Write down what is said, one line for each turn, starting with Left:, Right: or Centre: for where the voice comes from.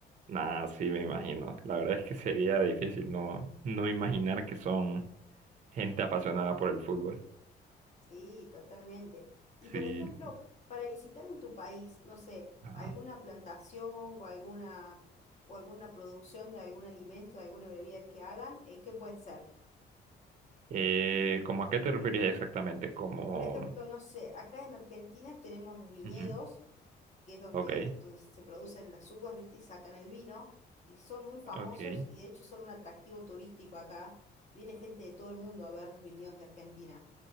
Right: nada, sí me imagino. La verdad es que sería difícil no, no imaginar que son gente apasionada por el fútbol.
Left: Sí, totalmente. Y por
Right: Sí.
Left: ejemplo, para visitar en tu país, no sé,
Right: ajá.
Left: alguna plantación o alguna o alguna producción de algún alimento, de alguna bebida que hagan, eh, ¿qué puede ser?
Right: Eh, ¿cómo a qué te referías exactamente? Como...
Left: Por ejemplo, no sé, acá en Argentina tenemos los viñedos,
Right: Ujú,
Left: que es donde,
Right: Ok,
Left: donde se producen las uvas, ¿viste? Y sacan el vino, y son muy famosos
Right: ok.
Left: y de hecho son un atractivo turístico acá. Viene gente de todo el mundo a ver los viñedos de Argentina.